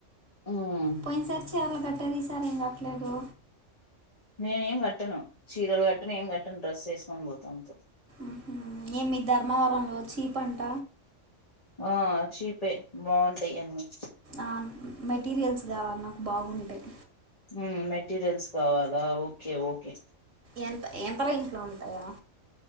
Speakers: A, on the left; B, on the right.
A: ఉమ్
B: పోయిన్సారీ చి చీరలు కట్టేది ఈసారి ఏం కట్టలేదు
A: నేను ఏం కట్టను చీరలు కట్టను ఏం కట్టను డ్రస్ చేసుకొని పోతా అంతే
B: ఉహు ఏమి ధర్మవరంలో చీపంట
A: ఆ చీపే బాగుంటాయి అన్నీ
B: ఆ మెటీరియల్స్ కావాలి నాకు బాగుంటయ్
A: ఉమ్ మెటీరియల్స్ కావాలా ఓకే ఓకే
B: ఎంత ఎంత రేంట్లో ఉంటాయా